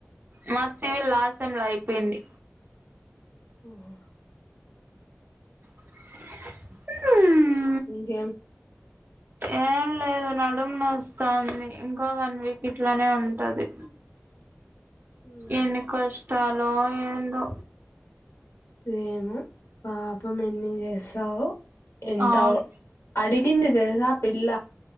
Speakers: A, on the right; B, on the left.
A: మాకు సివిల్ లాస్ట్ సేమ్ లో అయిపోయింది
B: ఊన
A: ఉ
B: ఇంకేం
A: ఏం లేదు నడుము నొస్తాంది ఇంకా వన్ వీక్ ఇట్లానే ఉంటది
B: <inaudible> ఉమ్
A: ఎన్ని కష్టాలో ఎందో
B: ఏమో పాపం ఎన్ని చేస్తావో ఎంత
A: అవును
B: అడిగింది తెలుసా పిల్ల